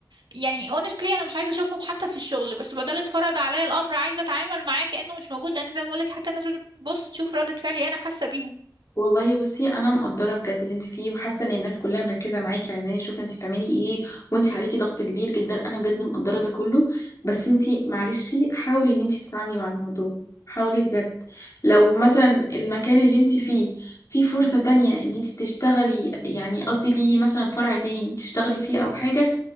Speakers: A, on the right; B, on the left.
A: يعني honestly انا مش عايزه اشوفهم حتى في الشغل بس بدل اتفرض عليا الامر عايزه اتعامل معاه كانه مش موجود لان زي ما بقولك حتى الناس بتبص تشوف ردة فعلي انا حاسه بيهم
B: والله بصي انا مقدره بجد اللي انت فيه وحاسه ان الناس كلها مركزه معاكي عايزاني اشوف انت بتعملي ايه وانت عليكي ضغط كبير جدا انا بجد مقدره ده كله بس انت معلش حاولي ان انت تتعاملي مع الموضوع حاولي بجد لو مثلا المكان اللي انت فيه فيه فرصه تانية ان انت تشتغلي يعني قصدي ليه مثلا فرع تاني ان انت تشتغلي فيه او حاجه